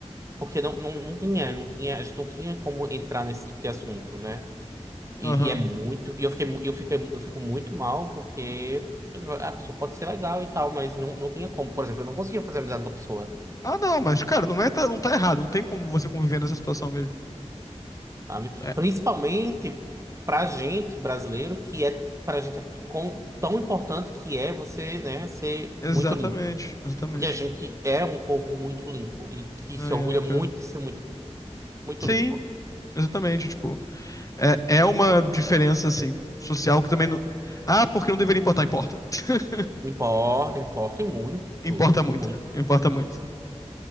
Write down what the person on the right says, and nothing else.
Porque não, não, não tinha, não tinha... A gente não tinha como entrar nesse tipo de assunto, né? E,
e é muito... E eu fiquei, mu- eu fiquei, eu fico muito mal porque... A pessoa pode ser legal e tal, mas não, não tinha como. Por exemplo, eu não conseguia fazer amizade com a pessoa,
sabe?
Principalmente pra gente, brasileiro, que é... Pra gente é com- tão importante que é você, né, ser
muito limpo.
Porque a gente é um povo muito limpo e que
se orgulha
muito de ser muito, muito
limpo.
Importa, importa e muito,
e muito.